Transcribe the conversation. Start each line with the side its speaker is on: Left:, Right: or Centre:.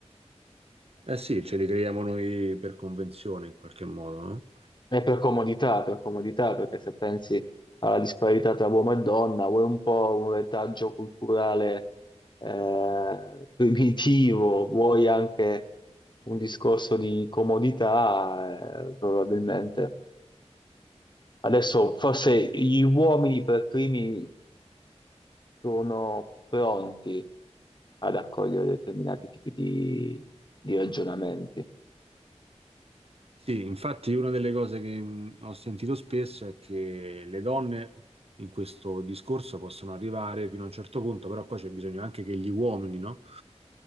Right: Eh sì, ce li creiamo noi per convenzione, in qualche modo, no?
Left: È per comodità, per comodità, perché se pensi alla disparità tra uomo e donna, vuoi un po' un retaggio culturale eh, primitivo, vuoi anche un discorso di comodità, eh, probabilmente. Adesso forse gli uomini per primi sono pronti ad accogliere determinati tipi di, di ragionamenti.
Right: Sì, infatti una delle cose che mh, ho sentito spesso è che le donne in questo discorso possono arrivare fino a un certo punto, però poi c'è bisogno anche che gli uomini, no?